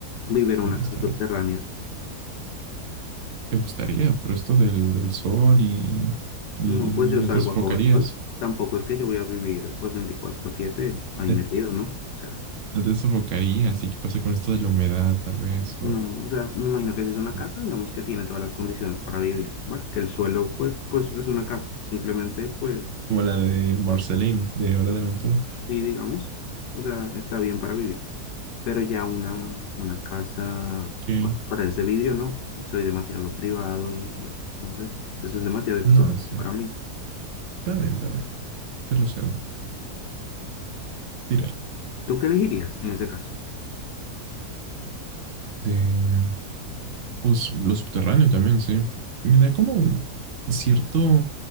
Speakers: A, on the left (about 85°); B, on the right (about 55°).
A: Vivir en una
B: Oye,
A: casa
B: está
A: subterránea.
B: raro. te gustaría, pero esto del, del sol y, y
A: No, pues
B: no
A: yo salgo
B: te sofocarías.
A: a coger sol. Tampoco es que yo voy a vivir pues veinticuatro siete ahí
B: <laughs>
A: metido, ¿no? O sea,
B: No te sofocarías. ¿Y qué pasa con esto de la humedad, tal vez?
A: no,
B: O,
A: o sea, me imagino que si es una
B: o
A: casa, digamos que tiene todas las condiciones para vivir, ¿va? Que el suelo pues, pues es una casa, simplemente pues,
B: como la de Marceline, de Hora de Aventura.
A: y digamos, o sea, está bien para vivir. pero ya una, una casa
B: Ok.
A: con las paredes de vidrio, no. Soy demasiado privado y no sé, eso es demasiado expuesto
B: No, sí.
A: para mí.
B: Está bien, está bien. Te lo cedo. Tira.
A: ¿Tú qué elegirías en ese caso?
B: De, pues, lo subterráneo también, sí. Me da como un cierto